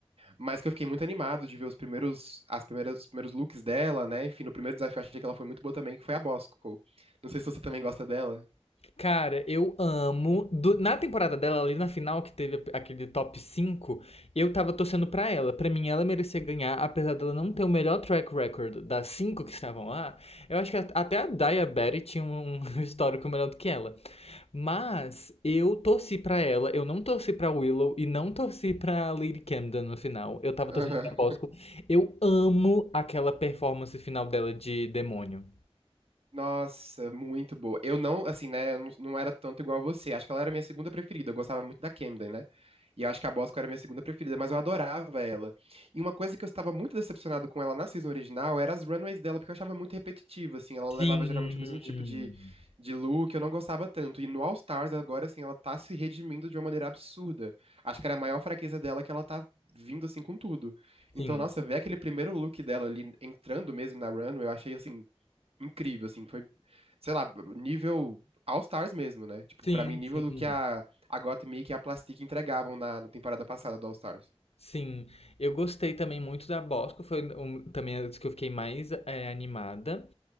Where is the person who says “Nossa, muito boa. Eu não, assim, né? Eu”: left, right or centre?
Right